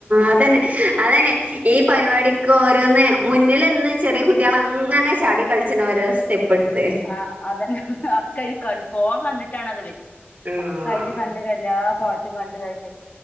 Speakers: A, on the right; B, on the left.
A: അതെന്നെ അതെന്നെ ഈ പരിപാടിക്ക് ഓരോന്ന് മുന്നിൽ നിന്ന് ചെറിയ കുട്ടികള് അങ്ങനെ ചാടി കളിച്ച ഒരെ രെ സ്റ്റെപ്പ് എടുത്ത്.
B: ആ അതന്നെ അക്കാത് കാണ ഫോൺ കണ്ടിട്ടാണ് അതത്
A: ആഹ്
B: ഒക്കെ അയില് കണ്ട് ക എല്ലാ പാട്ടും കണ്ട് കട്ട്.